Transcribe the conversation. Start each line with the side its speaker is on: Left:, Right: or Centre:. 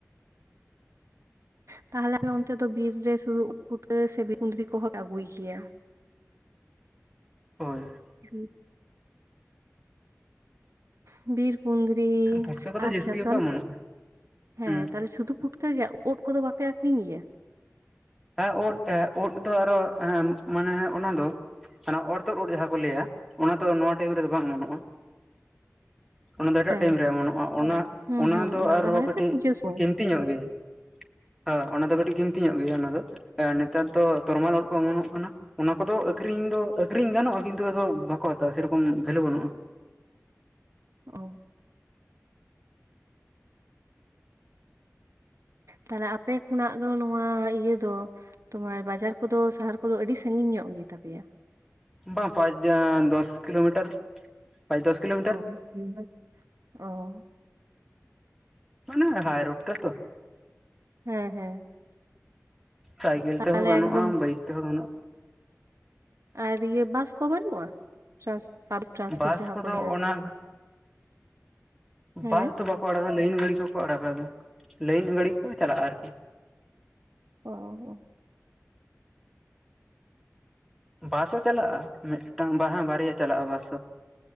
Right: ᱛᱟᱦᱚᱞᱮ ᱟᱯᱮ ᱚᱱᱛᱮ ᱫᱚ ᱵᱤᱨ ᱨᱮ ᱥᱩᱫᱩ ᱩᱫ ᱯᱷᱩᱴᱟᱹ ᱥᱮ ᱠᱩᱸᱫᱽᱨᱤ ᱠᱚᱦᱚᱸ ᱯᱮ ᱟᱹᱜᱩᱭ ᱜᱮᱭᱟ?
Centre: ᱦᱳᱭ ᱾
Right: <unintelligible> ᱵᱤᱨ ᱠᱩᱸᱫᱽᱨᱤ <unintelligible>
Centre: ᱯᱩᱴᱠᱟᱹ ᱠᱚᱫᱚ
Right: ᱟᱪ
Centre: ᱡᱟᱹᱥᱛᱤ
Right: ᱥᱟᱥᱚᱞ
Centre: ᱜᱮᱠᱚ ᱚᱢᱚᱱᱚᱜᱼᱟ
Right: ᱦᱮᱸ
Centre: ᱦᱩᱸ
Right: ᱛᱟᱦᱟᱞᱮ ᱥᱩᱫᱩ ᱯᱷᱩᱴᱠᱟᱹ ᱜᱮ ᱩᱫ ᱠᱚᱫᱚ ᱵᱟᱯᱮ ᱟᱠᱷᱨᱤᱧ ᱜᱮᱭᱟ?
Centre: ᱦᱮᱸ ᱳᱫ ᱮ ᱳᱫ ᱫᱚ ᱟᱨᱚ ᱦᱮᱸ ᱢᱟᱱᱮ ᱚᱱᱟ ᱫᱚ ᱚᱱᱟ ᱚᱨᱛᱚᱫ ᱳᱫ ᱡᱟᱦᱟᱸ ᱠᱚ ᱞᱟᱹᱭᱟ ᱚᱱᱟ ᱫᱚ ᱱᱚᱣᱟ ᱴᱟᱭᱤᱢ ᱨᱮᱫᱚ ᱵᱟᱝ ᱚᱚᱱᱚᱜ-ᱟ᱾
Right: <unintelligible>
Centre: ᱚᱱᱟ ᱫᱚ ᱮᱴᱟᱜ
Right: ᱦᱮᱸ
Centre: ᱴᱟᱭᱤᱢ ᱨᱮ ᱮᱢᱚᱱᱚᱜ-ᱟ ᱚᱱᱟ
Right: ᱦᱩᱸ
Centre: ᱚᱱᱟ
Right: ᱦᱩᱸ
Centre: ᱫᱚ ᱟᱨᱦᱚᱸ
Right: ᱦᱟᱱᱮ
Centre: ᱠᱟᱹᱴᱤᱡ
Right: ᱥᱮ ᱯᱩᱡᱟᱹ ᱥᱚᱢᱚᱭ
Centre: ᱠᱤᱢᱛᱤ ᱧᱚᱜ ᱜᱮᱭᱟ ᱦᱚ ᱚᱱᱟ ᱫᱚ ᱠᱟᱹᱴᱤᱡ ᱠᱤᱢᱛᱤ ᱧᱚᱜ ᱜᱮᱭᱟ ᱚᱱᱟ ᱫᱚ᱾ ᱮ ᱱᱮᱛᱟᱨ ᱫᱚ ᱛᱚᱨᱢᱟᱞ ᱳᱫᱚ ᱠᱚ ᱮᱢᱚᱱᱚᱜ ᱠᱟᱱᱟ᱾ ᱚᱱᱟ ᱠᱚᱫᱚ ᱟᱠᱷᱨᱤᱧ ᱫᱚ ᱟᱠᱷᱨᱤᱧ ᱜᱟᱱᱚᱜ-ᱟ ᱠᱤᱱᱛᱩ ᱟᱫᱚ ᱵᱟᱠᱚ ᱦᱟᱛᱟᱣᱟ ᱥᱮᱨᱚᱠᱚᱢ ᱵᱷᱮᱞᱩ ᱵᱟᱱᱩᱜ-ᱟ᱾
Right: ᱚ᱾ ᱛᱟᱦᱞᱮ ᱟᱯᱮ ᱠᱷᱚᱱᱟᱜ ᱫᱚ ᱱᱚᱣᱟ ᱤᱭᱟᱹ ᱫᱚ ᱛᱳᱢᱟᱨ ᱵᱟᱡᱟᱨ ᱠᱚᱫᱚ ᱥᱟᱦᱟᱨ ᱠᱚᱫᱚ ᱟᱹᱰᱤ ᱥᱟᱺᱜᱤᱧ ᱧᱚᱜ ᱜᱮᱛᱟᱯᱮᱭᱟ
Centre: ᱵᱟᱝ ᱯᱟᱸᱪᱡᱟ ᱫᱚᱥ ᱠᱤᱞᱳᱢᱤᱴᱟᱨ ᱯᱟᱸᱪ ᱫᱚᱥ ᱠᱤᱞᱳᱢᱤᱴᱟᱨ
Right: ᱸ <inaudible> ᱚᱻ
Centre: ᱚᱱᱟ ᱦᱟᱭ ᱨᱳᱰ ᱛᱮ ᱛᱚ
Right: ᱦᱮᱸ ᱦᱮᱸ
Centre: ᱥᱟᱭᱠᱮᱞ
Right: ᱛᱟᱦᱚᱞᱮ
Centre: ᱛᱮᱦᱚᱸ ᱜᱟᱱᱚᱜᱼᱟ
Right: ᱮᱠᱫᱚᱢ
Centre: ᱵᱟᱭᱤᱠ ᱛᱮᱦᱚᱸ ᱜᱟᱱᱚᱜ
Right: ᱟᱨ ᱤᱭᱟᱹ ᱵᱟᱥ ᱠᱚ ᱵᱟᱹᱱᱩᱜᱼᱟ <unintelligible>
Centre: ᱵᱟᱥ ᱠᱚᱫᱚ ᱚᱱᱟ
Right: ᱦᱮᱸ
Centre: ᱵᱟᱥ ᱫᱚ ᱵᱟᱠᱚ ᱟᱲᱟᱜᱟ ᱞᱟᱹᱭᱤᱱ ᱜᱟᱹᱲᱤ ᱠᱚᱠᱚ ᱟᱲᱟᱜᱟ ᱟᱫᱚ ᱞᱟᱹᱭᱤᱱ ᱜᱟᱹᱲᱤ ᱠᱚ ᱪᱟᱞᱟᱜᱼᱟ ᱟᱨᱠᱤ
Right: ᱚᱻ
Centre: ᱵᱟᱥ ᱦᱚᱸ ᱪᱟᱞᱟᱜᱼᱟ ᱢᱤᱫᱴᱟᱝ ᱵᱟ ᱵᱟᱨᱭᱟ ᱪᱟᱞᱟᱜᱼᱟ ᱵᱟᱥ ᱦᱚ